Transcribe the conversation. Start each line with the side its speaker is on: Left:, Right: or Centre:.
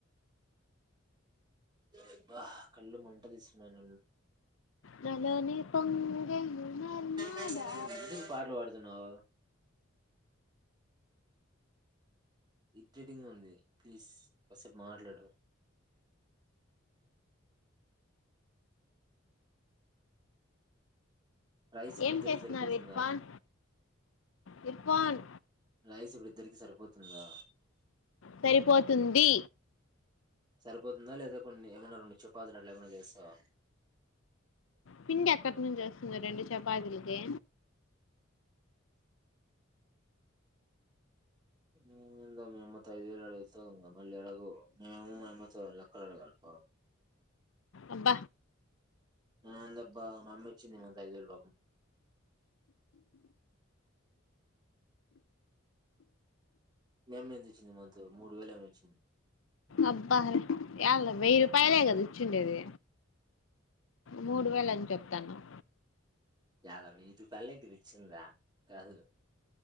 Right: అబ్బా కళ్ళు మంట లేస్తున్నాయి నిన్న
Left: నాలోనే పొంగెను నర్మదా
Right: నువ్వు ఎందుకు పాటలు పడుతునావ్ ఇరిటేట్ గా ఉంది ప్లీజ్ కోస్సేపు మాట్లాడు రైస్ ఇప్పుడు
Left: ఏం
Right: ఇద్దరికి
Left: చేస్తున్నారు
Right: సరిపోతుందా
Left: విర్పన్ విర్పాన్
Right: రైస్ ఇప్పుడు ఇద్దరికి సరిపోతుందా
Left: సరిపోతుంది
Right: సరిపోతుందా లేదా కొన్ని ఏమన్న రెండు చెపాతిలట్లేమన్న చేస్తవా
Left: పిండి ఎక్కటి నుంచి వస్తుంది రెండు చపాతీలకి
Right: <unintelligible> మేమత్త ఐదు వేలు అడిగిస్తాం మళ్ళీ ఎలాగూ మేము మేమ్మతో లక్కలు అడగాల బాగా
Left: అబ్బ
Right: నాందబ్బా మా అమ్మీ ఇచ్చింది నాకు ఐదువేలు పాపం మేమ్మే తెచ్చింది మంతో మూడు వేలు ఏమె ఇచ్చింది
Left: అబ్బా ఎళ్ల వెయ్యి రూపాయలే కదాచ్చుండేది మూడు వేల అని చెప్తాన్నవ్
Right: యలా వెయ్యి రూపాయల ఇకు తెచ్చిందా కాదు